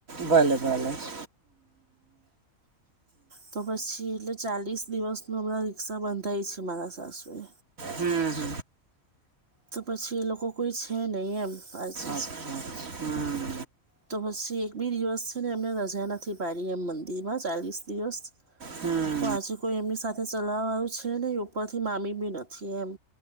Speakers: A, on the right; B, on the right.
A: ભલે ભલે હ
B: તો પછી એટલે ચાલીસ દિવસનું હમણાં રિક્ષા બંધાય છે મારા સાસુએ
A: હમ હ
B: તો પછી એ લોકો કોઈ છે નહીં એમ આજે
A: ઓકે હમ
B: તો પછી એક બી દિવસ છે ને એમને રજા નથી પાડી એમ મંદિરમાં ચાલીસ દિવસ
A: હમ
B: તો આજે કોઈ એમની સાથે ચલાવાવાળું છે ને ઉપર થી મામી બી નથી એમ